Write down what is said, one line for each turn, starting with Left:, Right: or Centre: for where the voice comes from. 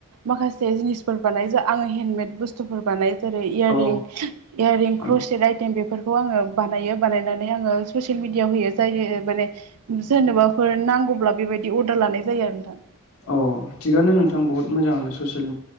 Right: माखासे जिनिसफोर बानाय जाआङो हेन्दन्दमेद बुस्थुफोर बानायो। जेरै-इयारिं-इयारिं
Left: अ अ
Right: क्रसेट आइटेम बेफोरखौ आङो बानायो बानायनानै आङो। ससियेल मिडियाआव होयो जाय माने। सोरनोबाफोर नांगौब्ला बेबायदि अर्डार लानाय जायो आरो नोंथां।
Left: अ थिगानो नोंथां बहुत मोजाङानो ससियेल।